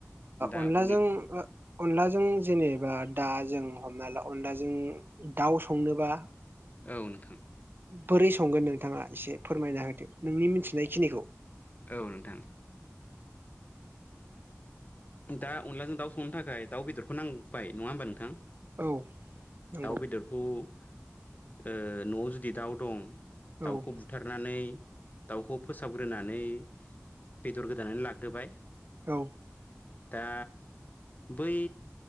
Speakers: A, on the left; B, on the right.
A: दा
B: अनलाजों
A: अनला
B: ओ अनलाजों जेनेबा दा जों हमना ला अनला जों दाउ संनोबा
A: औ नोंथां
B: बोरै संगोन नोंथाङा एसे फोरमायना होदो नोंनि मिथिनायखिनिखौ
A: औ नोंथां दा अनलाजों दाउ संनो थाखाय दाउ बेदरखौ नांबाय नङा होमबा नोंथां
B: औ नंगौ
A: दाउ बेदरखौ ओ नआव जुदि दाउ दं
B: गंगार
A: दाउखौ बुथारनानै दाउखौ फोसाबग्रोनानै बेदर गोदानै ला ग्रोबाय
B: औ
A: दा बै